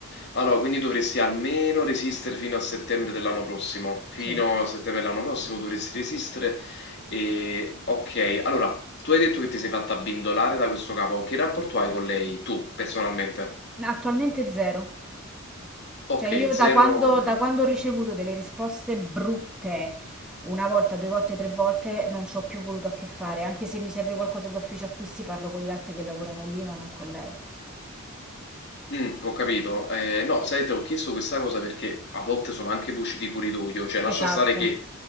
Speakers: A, on the left; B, in the centre.
A: allora quindi dovresti almeno resistere fino a settembre dell'anno prossimo. Fino
B: Sì,
A: a settembre dell'anno prossimo dovresti resistere, ehm, okay. Allora, tu hai detto che ti sei fatta abbindolare da questo capo. Che rapporto hai con lei, tu personalmente?
B: attualmente zero.
A: Okay,
B: Cioè io
A: 0
B: da quando, da
A: okay.
B: quando ho ricevuto delle risposte brutte, una volta, due volte, tre volte, non ci ho più voluto a che fare, anche se mi serve qualcosa d'ufficio acquisti parlo con gli altri che lavorano lì, ma non con lei.
A: Mm, ho capito. Eh, no, sai, ti ho chiesto questa cosa perché a volte sono anche voci di corridoio, cioè lascia
B: Esatto.
A: stare che...